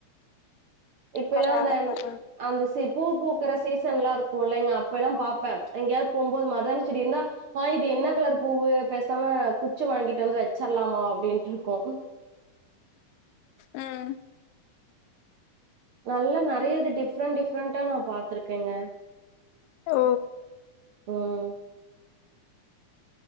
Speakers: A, on the right; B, on the left.
A: இப்ப
B: பரவால்ல
A: எல்லா அந்த
B: பரவால்ல
A: அந்த சி பூ பூக்குற சீசன் எல்லா இருக்கு இல்லைங்க அப்பெல்லா பாப்பே எங்கயாவது போம் போது மருதாணிசெடி இருந்தா ஆ இது என்ன கலர் பூவு பேசாம குச்சி வாங்கிட்டு வந்து வச்சிருலாம அப்டின்ட்டு இருக்கு
B: ம்
A: நல்லா நெறைய இது டிஃப்ரெண்ட் டிஃப்ரெண்டா நா பாத்துருக்கேங்க
B: ஓ
A: ம்